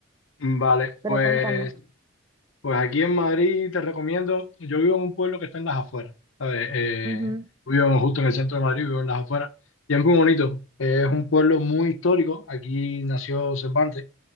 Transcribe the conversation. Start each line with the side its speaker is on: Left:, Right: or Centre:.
Left: Vale,
Right: Pero
Left: pues
Right: cuéntame.
Left: Pues aquí en Madrid te recomiendo, yo vivo en un pueblo que está en las afueras, ¿sabes? Eh,
Right: Ujú,
Left: vivo en- justo en el centro de Madrid, vivo en las afueras, y es muy bonito. Eh, es un pueblo muy histórico, aquí nació Cervantes,